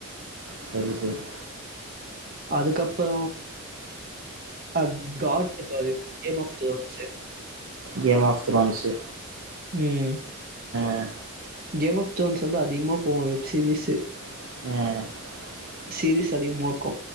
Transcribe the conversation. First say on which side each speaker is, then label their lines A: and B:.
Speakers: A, on the right; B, on the right.
A: செரி செரி.
B: அதுக்கப்றோ அஹ காட் பாரு கேம் ஆப் தோன்ஸூ
A: கேம் ஆஃப் தொரன்சு
B: ஹம்.
A: ஆஹ்
B: கேம் ஆஃப் தோன்ஸ் வந்து அதிகமா போவு வெப் சீரிஸூ
A: ஏ
B: சீரிஸ் அதிகமா இருக்கோ